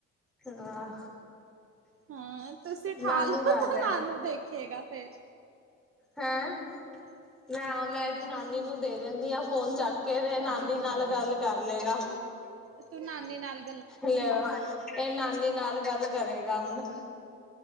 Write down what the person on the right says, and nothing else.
ਹਾਂ ਤੁਸੀਂ ਠਾਹ
ਲੋ ਤੇ
ਨਾਨੂੰ ਦੇਖੇਗਾ ਫੇਰ।
ਅੱਛਾ
ਹਾਂ
ਤੂੰ ਨਾਨੀ ਨਾਲ।